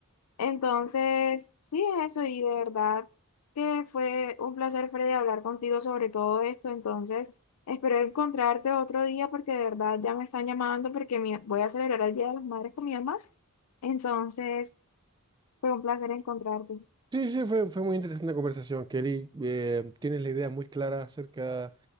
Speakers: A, on the left; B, on the right.
A: Entonces, sí es eso, y de verdad que fue un placer, Freddy, hablar contigo sobre todo esto. Entonces, espero encontrarte otro día porque de verdad ya me están llamando porque mi- voy a celebrar el Día de las Madres con mi mamá. Entonces, fue un placer encontrarte.
B: Sí, sí, fue, fue muy interesante la conversación, Kelly. Eh, tienes la idea muy clara acerca